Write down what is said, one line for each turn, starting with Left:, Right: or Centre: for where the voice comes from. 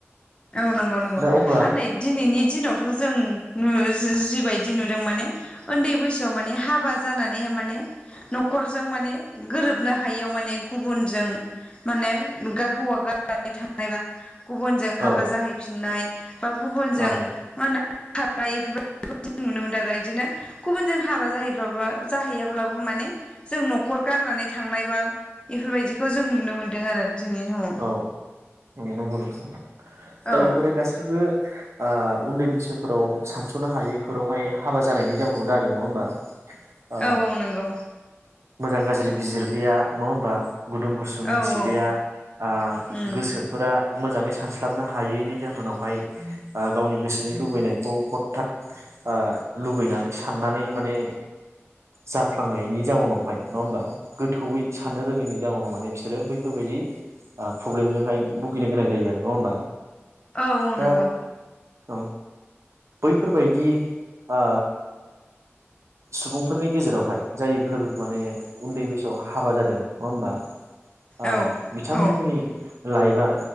Left: औ नंगौ नंगौ
Right: दा अब्ला
Left: आरो नै दिनैनि दिनावथ' जों नु जिबायदि नुदों माने उन्दै बैसोआव माने हाबा जानानैहाय माने न'खरजों माने गोरोबनो हायियाव माने गुबुनजों माने हौवा गारनानै थां बा गुबुनजों हाबा
Right: औ
Left: जाहैफिननाय बा गुबुनजों
Right: औ
Left: मा होनो <unintelligible> खारनाय बेफोरबायदिखौ जों नुनो मोनदों आरो इदिनो गुबुन जों हाबा जाहैबाबो जाहैयाब्लाबो माने जों न'खर गारनानै थांनायबा बेफोरबायदिखौ जों नुनो मोन्दों आरो। जोंनि समाव
Right: औ नंगौ नंगौ।
Left: औ
Right: दा बेफोरो गासिबो। ओ उन्दै बैसोफोराव सानस'नो हायैफोरावहाय हाबा जानायनि जाउनाव जादों नङा होमबा। ओ
Left: औ औ नंगौ।
Right: मोजां गाज्रि बिजिर लिया नङा होमबा गुदुं गुसु मिथिलिया
Left: औ औ
Right: ओ
Left: उम
Right: गोसोफोरा मोजाङै सानस्लाबनो हायैनि जाहोनावहाय ओ गावनि गोसोनि लुबैनायखौ हथथात ओ लुबैनानै साननानै माने जाफ्लांनायनि जाउ नाव हाय नङा होमबा। गोथौयै साननो रोङैनि जाउनाव माने म बिसोरो बैफोरबायदि ओ प्रब्लेमजोंहाय भुगिनो गोनां जायो आरो नङा होमबा
Left: औ औ
Right: दा।
Left: नंगौ
Right: औ बैफोरबायदि ओ सुबुंफोरनि गेजेरावहाय जाय फोर माने उन्दै बैसोआव हाबा जादों। नङा होमबा? ओ
Left: औ
Right: बिथांमोननि
Left: औ
Right: लाइफ एबा